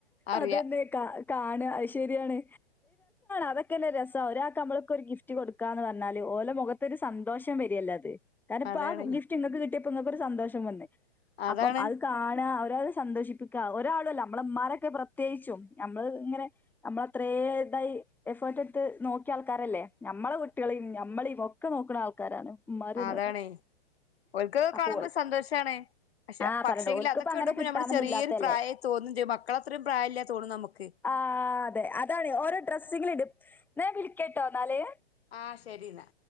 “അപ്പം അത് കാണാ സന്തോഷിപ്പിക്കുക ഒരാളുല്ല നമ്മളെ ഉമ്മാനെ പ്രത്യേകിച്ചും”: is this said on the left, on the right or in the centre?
Centre